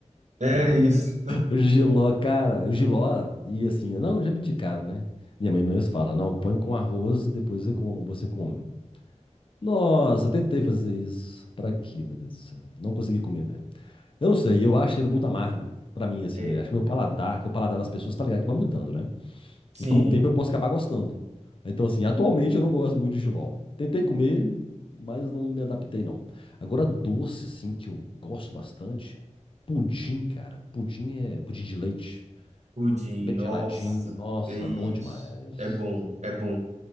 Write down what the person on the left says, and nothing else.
O Giló, cara, o Giló ia assim, não, eu já me indicaram, né? Minha mãe mesmo fala, não, põe com arroz e depois você com- você come. Nossa, tentei fazer isso. Pra quê, meu Deus do céu? Não consegui comer, velho. Eu não sei, eu acho ele muito amargo. Pra mim, assim,
eu acho que meu paladar, que é o paladar das pessoas tá ligado que vai mudando, né?
E com o tempo eu posso acabar gostando. Então, assim, atualmente eu não gosto muito de jiló. Tentei comer, mas não me adaptei, não. Agora, doce, assim, que eu gosto bastante. Pudim, cara. Pudim é pudim de leite.
Bem
geladinho. Nossa,
bom demais.